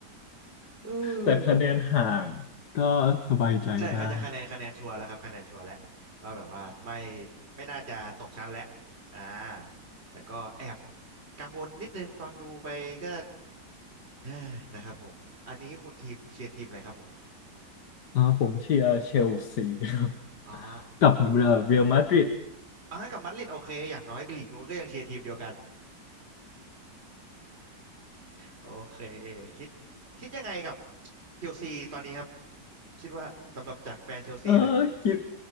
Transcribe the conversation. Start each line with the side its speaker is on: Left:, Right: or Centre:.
Right: เออ
Left: แต่คะแนนห่างก็สบายใจได้
Right: ใช่ครับจะคะแนนคะแนนชัวร์แล้วครับคะแนนชัวร์แล้วว่าแบบว่าไม่ไม่น่าจะตกชั้นแล้วอ่าแต่ก็แอบกังวลนิดนึงตอนดูไปก็ เฮ้ยนะครับผมอันนี้คุณทีมเชียร์ทีมอะไรครับผม
Left: อ่าผมเชียร์เชลซี <laughs> ครับ
Right: อ๋อ
Left: กับเอ่อเรอัลมาดริด <laughs>
Right: อ่ากับมัดริดโอเคอย่างน้อยลีกนู้นก็ยังเชียร์ทีมเดียวกันโอเคคิดคิดยังไงกับเชลซีตอนนี้ครับคิดว่าสำหรับจากแฟนเชลซีเลย
Left: เออคิด